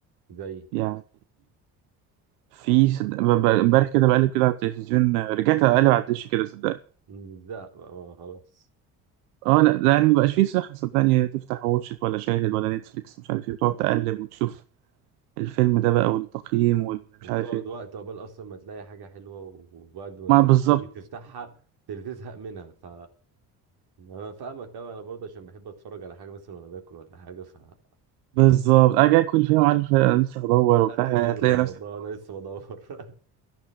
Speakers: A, on the right; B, on the right.
A: زي
B: يعني في صد- ب- ب- امبارح كده بقلب كده على التلفزيون رجعت أقلب على الدش كده صدقني
A: مش ده بقى، آه، خلاص
B: اه لا ده يعني مبقاش فيه صحة صدقني تفتح واتشت ولا شاهد ولا نتفليكس مش عارف ايه وتقعد تقلب وتشوف الفيلم ده بقى والتقييم والمش
A: وبتقعد
B: عارف ايه
A: وقت عقبال اصلا ما تلاقي حاجه حلوه وبعد ما
B: ما بالظبط
A: تيجي تفتحها تل- تزهق منها ف انا فاهمك قوي انا برضه عشان بحب اتفرج على حاجه مثلا وانا باكل ولا حاجه فاكلي
B: بالظبط اجي اكل فيهم عارف لسه هدور وبتاع
A: بيبرد
B: هتلاقي نفسك
A: والله وانا
B: خلاص.
A: لسه بدور <laughs>